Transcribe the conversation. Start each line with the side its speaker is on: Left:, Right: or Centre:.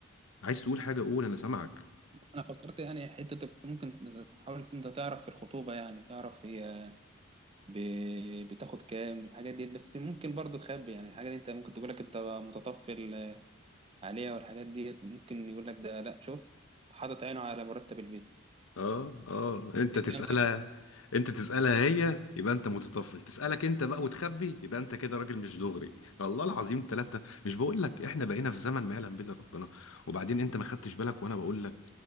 Left: عايز تقول حاجة قول انا سامعك
Right: انا فكرت يعني حتة ممكن حاول انت تعرف في الخطوبة يعني تعرف هي ب- بتاخد كام الحاجات ديت بس ممكن برضه تخبي يعني الحاجات دي انت ممكن تقول لك انت متطفل عليها والحاجات ديت ممكن يقول لك ده لا شوف حاطط عينه على مرتب البيت
Left: اه اه انت
Right: تتفهم
Left: تسألها
Right: كده
Left: انت تسألها هي يبقى انت متطفل تسألك انت بقى وتخبي يبقى انت كده راجل مش دغري <laughs> الله العظيم ثلاثة مش بقول لك احنا بقينا في زمن ما يعلم به الا ربنا وبعدين انت ما خدتش بالك وانا بقول لك